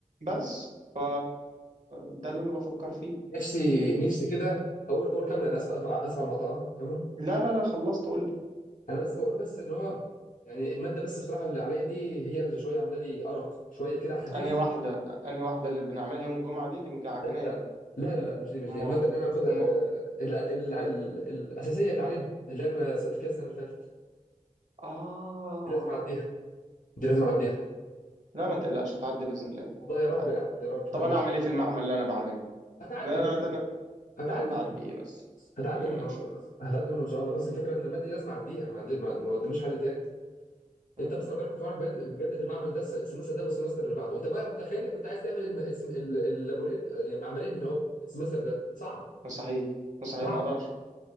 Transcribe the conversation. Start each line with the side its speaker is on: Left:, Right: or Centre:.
Right: بس ف ده اللي انا بفكر فيه
Left: نفسي نفسي كده اقول اقول كمل انا اسف اسف على المقطع كمل
Right: لا لا لا خلصت قول لي
Left: انا بس بقول بس ان هو يعني الماده بس بصراحه اللي عليا دي هي اللي شويه عامله لي ارق شويه كده على خفيف
Right: انهي واحده انهي واحده اللي بنعملها يوم الجمعه دي دي مجعجنانه
Left: لا لا لا لا لا مش دي مش
Right: اما
Left: دي الماده اللي انا المفروض آه،
Right: اما
Left: ال- ال- ال- الاساسيه اللي علينا اللي انا سقطت فيها السنه اللي فاتت
Right: اه
Left: دي لازم اعديها دي لازم اعديها
Right: لا ما تقلقش هتعدي باذن الله
Left: والله يا رب
Right: هتعدي
Left: يا احمد يا رب
Right: طب
Left: انا
Right: انا اعمل ايه في المعمل اللي انا بعمله
Left: هتعدي
Right: ده انا
Left: منه
Right: ده انا
Left: هتعدي
Right: يا عم اعدي
Left: منه
Right: ايه بس
Left: هتعدي
Right: اما
Left: منه
Right: ما نشوف
Left: هتعدي منه ان شاء الله بس الفكره ان الماده دي لازم اعديها ما عندي ما ما قداميش حل تاني
Right: مم.
Left: انت مثلا ربنا يكون في عونك بجد بجد في المعمل ده الس- السمستر ده والسمستر اللي بعده انت بقى متخيل انك كنت عايز تعمل الم- السم- ال- اللابورين يعني المعملين هنا اهو السمستر ده صعب
Right: مستحيل مستحيل
Left: صعب
Right: ما اقدرش